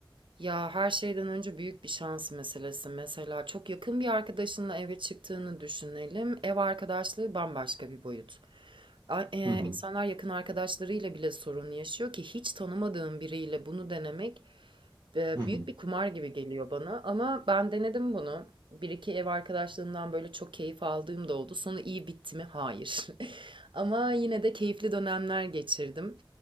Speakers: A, on the right (about 75°); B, on the right (about 55°).
A: Ya her şeyden önce büyük bir şans meselesi. Mesela çok yakın bir arkadaşınla eve çıktığını düşünelim. Ev arkadaşlığı bambaşka bir boyut. A- e,
B: Hı hı.
A: İnsanlar yakın arkadaşlarıyla bile sorun yaşıyor ki hiç tanımadığım biriyle bunu denemek e,
B: Hı hı.
A: büyük bir kumar gibi geliyor bana. Ama ben denedim bunu. Bir iki ev arkadaşlığımdan böyle çok keyif aldığım da oldu. Sonu iyi bitti mi? Hayır. <laughs> Ama yine de keyifli dönemler geçirdim.